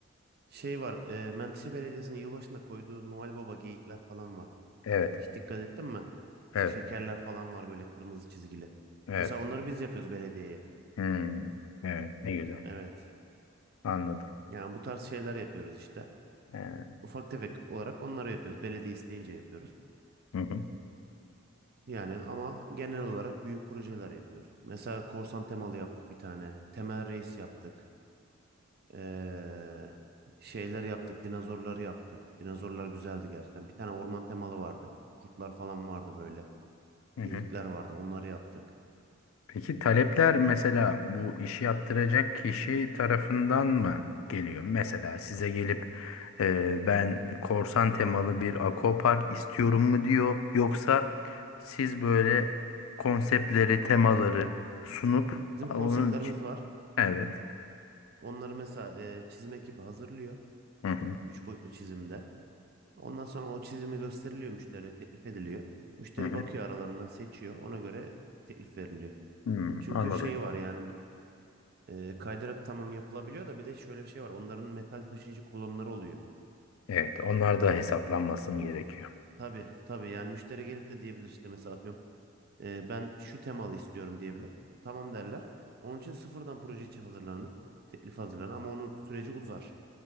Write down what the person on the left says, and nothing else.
Evet,
evet.
evet.
Hmm, evet. Ne güzel.
Anladım.
Ee,
hı hı,
hı
hı.
Peki talepler mesela bu işi yaptıracak kişi tarafından mı geliyor? Mesela size gelip e, ben korsan temalı bir akopark istiyorum mu diyor yoksa siz böyle konseptleri, temaları sunup
onun
için
evet.
Hı hı,
hı hı.
Hmm,
anladım.
Evet, onlar da hesaplanması mı gerekiyor?